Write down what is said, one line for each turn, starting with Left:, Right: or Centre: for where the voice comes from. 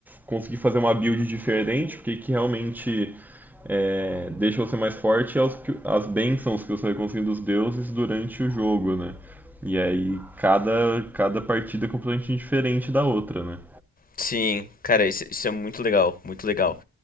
Centre: conseguir fazer uma build diferente, porque que realmente é, deixa você mais forte aos, que- as bênçãos que você vai conseguindo dos deuses durante o jogo, né? E aí cada, cada partida é completamente diferente da outra, né?
Left: Sim, cara, isso, isso é muito legal, muito legal.